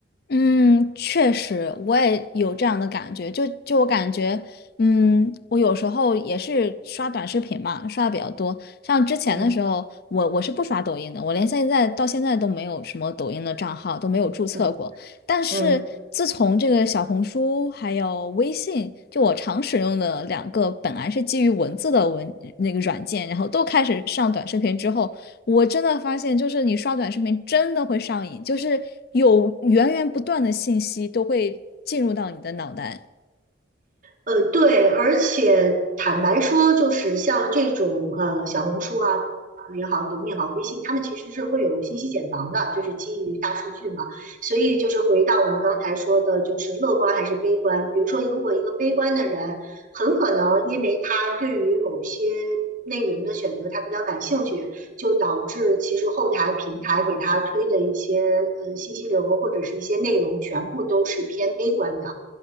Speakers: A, on the left; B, on the right.
A: 嗯，确实，我也有这样的感觉。就就我感觉，嗯，我有时候也是刷短视频嘛，刷的比较多。像之前的时候，
B: 嗯
A: 我我是不刷抖音的，我连现在到现在都没有什么抖音的账号，都没有注册过。
B: 嗯
A: 但是自从这个小红书还有微信，
B: 嗯。
A: 就我常使用的两个本来是基于文字的文那个软件，然后都开始上短视频之后，我真的发现，就是你刷短视频真的会上瘾，就是有源源不断的信息都会进入到你的脑袋。
B: 呃，对，而且坦白说，就是像这种呃小红书啊也好，抖音也好，微信，他们其实是会有信息茧房的，就是基于大数据嘛。所以就是回到我们刚才说的，就是乐观还是悲观。比如说，如果一个悲观的人，很可能因为他对于某些内容的选择他比较感兴趣，就导致其实后台平台给他推的一些呃信息流或者是一些内容，全部都是偏悲观的。